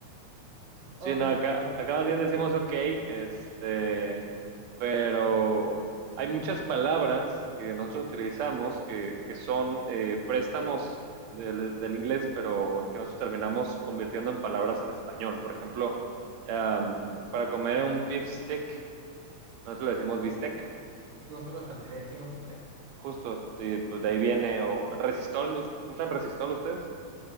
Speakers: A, on the right (about 70°); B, on the right (about 55°).
A: Sí,
B: oca,
A: no, acá,
B: oki.
A: acá más bien decimos ok, este, pero hay muchas palabras que nosotros utilizamos que, que son eh, préstamos del, del inglés, pero que nosotros terminamos convirtiendo en palabras en español. Por ejemplo, um, para comer un beef stick, nosotros le decimos bistec,
B: Nosotros también le decimos bistec.
A: justo, y pues de ahí viene, o resistol, ¿us- ¿usan resistol ustedes?